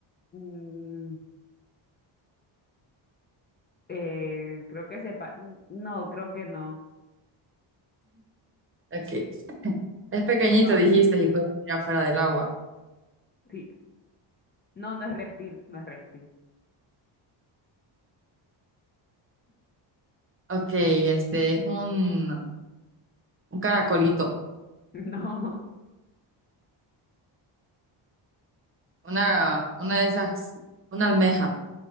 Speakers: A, on the left (about 25°); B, on the right (about 25°).
A: Mm, eh, creo que sepa. No, creo que no.
B: Ok. Es pequeñito,
A: No.
B: dijiste, y puede vivir afuera del agua.
A: Sí. No, no es reptil, no es reptil.
B: Ok, este es un, un caracolito.
A: <laughs>
B: Una, una de esas, una almeja.